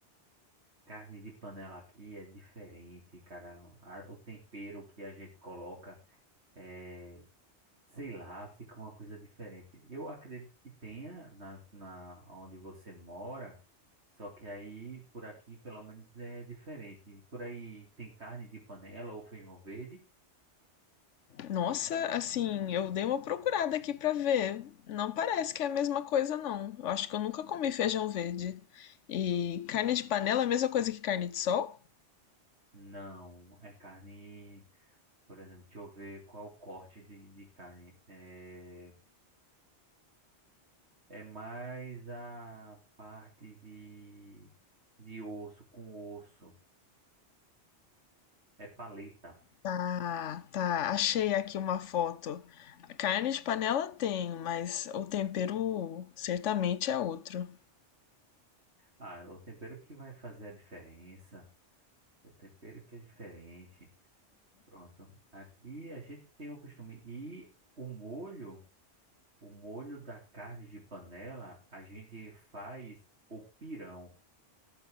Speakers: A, on the right (about 65°); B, on the left (about 85°).
A: Carne de panela aqui é diferente, cara. A- o tempero que a gente coloca é, sei lá, fica uma coisa diferente. Eu acredito que tenha nas, na onde você mora, só que aí por aqui pelo menos é diferente. Por aí tem carne de panela ou feijão verde?
B: Nossa, assim, eu dei uma procurada aqui pra ver. Não parece que é a mesma coisa, não. Eu acho que eu nunca comi feijão verde. E carne de panela é a mesma coisa que carne de sol?
A: Não, é carne, por exemplo, deixa eu ver qual o corte de, de carne. É, É mais a parte de, de osso com osso. É paleta.
B: Tá, tá. Achei aqui uma foto. A Carne de panela tem, mas o tempero certamente é outro.
A: Ah, é o tempero que vai fazer a diferença. O tempero que é diferente. Pronto. Aqui a gente tem o costume. E o molho, o molho da carne de panela, a gente faz o pirão.